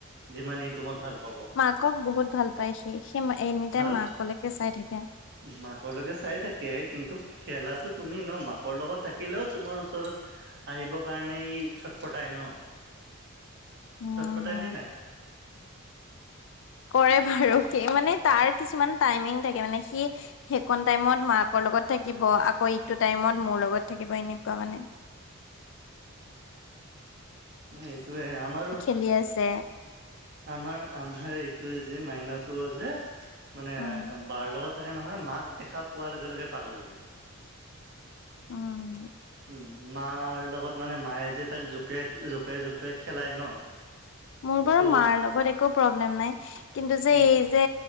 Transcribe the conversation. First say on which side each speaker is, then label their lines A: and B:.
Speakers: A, on the right; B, on the left.
A: যিমান ই তোমাক ভাল পাব।
B: আকৌ বহুত ভাল পায় সি। সি এনি টাইম
A: ভাল
B: মাকলৈকে চাই থাকে।
A: মাকলৈকে চাই থাকে কিন্তু খেলাটো তুমি ন? মাকৰ লগত থাকিলেও তোমাৰ ওচৰত আহিব কাৰণে ই চটপটাই ন?
B: অ,
A: চটপটাই
B: হ।
A: নে নাই
B: কৰে বাৰু সি। মানে তাৰ কিছুমান টাইমিং থাকে মানে সি সেইকণ টাইমত মাকৰ লগত থাকিব, আকৌ ইটো টাইমত মোৰ লগত থাকিব এনেকুৱা মানে।
A: <inaudible> মানে এইটোৱে, আমাৰো
B: চলি আছে।
A: আমাৰ আমাৰ এইটোৱে যে মাইনাটো যে মানে
B: উম,
A: বাৰ লগত থাকে নহয় মাক দেখা পোৱাৰ লগে লগে পাগল হৈ যায়।
B: উম।
A: উম, মাৰ লগত মানে মায়ে যে তাক জপিয়াই, জপিয়াই জপিয়াই খেলাই ন।
B: মোৰ বাৰু
A: ত'
B: মাৰ লগত একো প্ৰব্লেম নাই। কিন্তু যে
A: উম,
B: এই যে